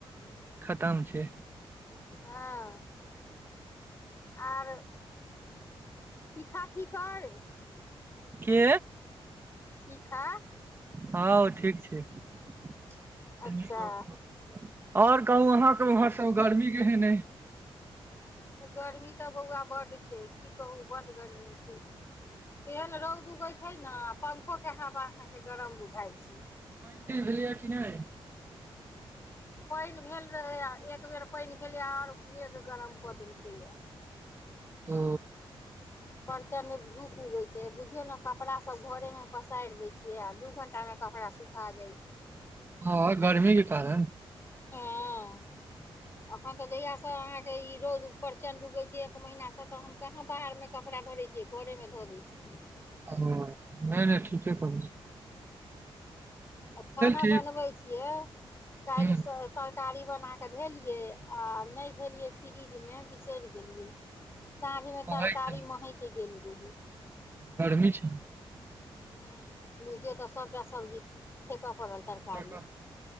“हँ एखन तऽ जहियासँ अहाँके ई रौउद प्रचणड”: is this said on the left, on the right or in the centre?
Left